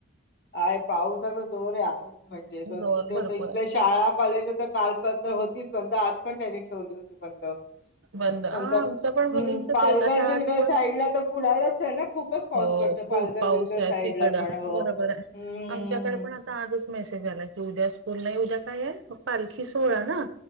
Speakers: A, on the left (about 55°); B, on the right (about 85°).
A: आहे पाऊसाच जोर आहे. म्हणजे दोन
B: जोर
A: तीन
B: भरपूर
A: ज इथल्या
B: आहे.
A: शाळा कॉलेज तर काल होतीच पण आज पण त्यानी ठेवली होती बंड.
B: बंद हा
A: नंत्
B: आमचं पण मुलींच
A: पालघर
B: तेच आता
A: बिलघर
B: आज पण
A: साईडला तर बुडालाच आहे ना खूपच पाऊस
B: हो
A: पडतो
B: खूप
A: पालघर
B: पाऊस
A: बिलघर
B: आहे
A: साईडला
B: तिकड
A: पण हो
B: बरोबर
A: हम्म
B: आहे. आमच्याकडे पण आता आजच मेसेज आला की उद्या प नाही उद्या काय आहे? पालखी सोहळा ना?